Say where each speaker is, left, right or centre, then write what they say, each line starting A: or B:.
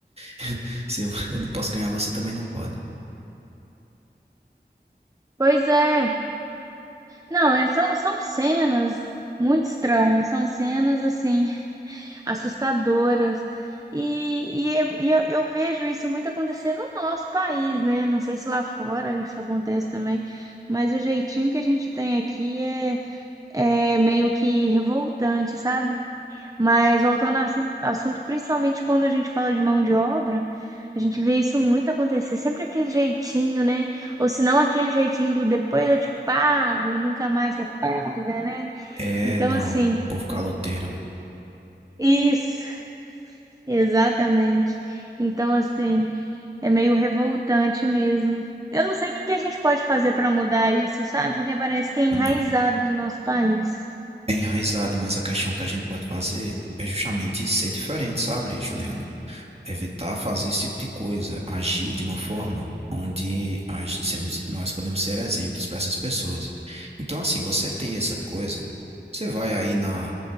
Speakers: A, on the right; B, on the right.
A: <laughs> se eu, eu não posso ganhar, você também não pode.
B: Pois é. Não, é- são, são cenas muito estranhas, são cenas, assim, assustadoras. E, e, eu, e eu eu vejo isso muito acontecer no nosso país, né? Não sei se lá fora isso acontece também, mas o jeitinho que a gente tem aqui é, é meio que revoltante, sabe? Mas voltando ao assin- assunto, principalmente quando a gente fala de mão de obra, a gente vê isso muito acontecer, sempre aquele jeitinho, né? Ou se não aquele jeitinho do depois eu te pago e nunca mais você paga, né?
A: É,
B: Então,
A: não,
B: assim,
A: povo caloteiro.
B: isso, exatamente. Então, assim, é meio revoltante mesmo. Eu não sei o que que a gente pode fazer para mudar isso, sabe? Porque parece que é enraizado
A: Não,
B: no nosso país.
A: É enraizado, mas a questão que a gente pode fazer é justamente ser diferente, sabe, Juliana? Evitar fazer esse tipo de coisa, agir de uma forma onde a semos- nós podemos ser exemplos para essas pessoas. Então, assim, você tem essa coisa, você vai aí na,